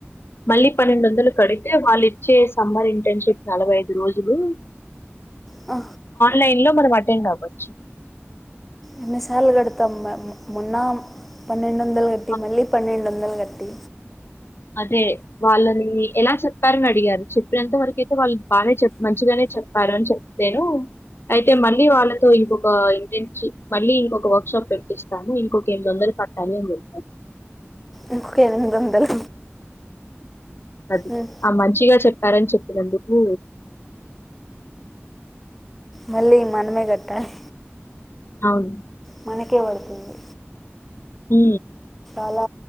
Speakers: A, on the left; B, in the centre.
A: మళ్ళీ పన్నెండు వందలు కడితే వాళ్ళు ఇచ్చే సమ్మర్ ఇంట్ టర్నషిప్ నలభై ఐదు రోజులు
B: ఆ
A: లైవ్ లో మనం అటెండ్ అవచ్చు
B: ఎన్ని సార్లు కడతా మేమ్ మొన్నా పన్నెం వందలు కట్టి
A: ఆ,
B: మళ్ళీ పన్నెడు వందలు క కట్టి
A: అదే వాళ్ళని ఎలా చెప్పారని అడిగారు చెప్పినంత వరకు అయితే వాళ్ళు బానే చెప్ మంచిగానే చెప్పారు అని చెప్తేను అయితే మళ్ళీ వాళ్ళతో ఇంకొక ఇంటెన్ మళ్ళీ ఇంకొక వర్క్ షాప్ పెట్టిస్తాను ఇంకొక ఎనిమి వందలు కట్టాలి అని చెప్పాను
B: ఇంకొక ఎనిమిది వందలు
A: అది
B: ఉమ్,
A: ఆ మంచిగా చెప్పారని చెప్పినందుకు
B: మళ్ళీ మనమే కట్టాలి
A: అవును
B: మనకే పడుతుంది
A: హు
B: చాల